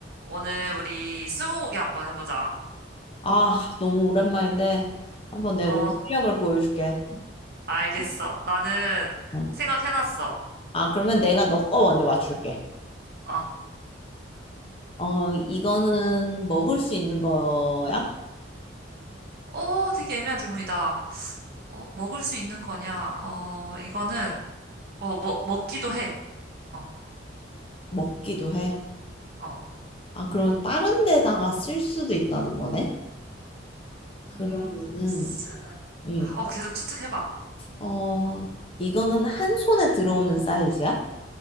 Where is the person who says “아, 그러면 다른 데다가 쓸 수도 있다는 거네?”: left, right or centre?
Left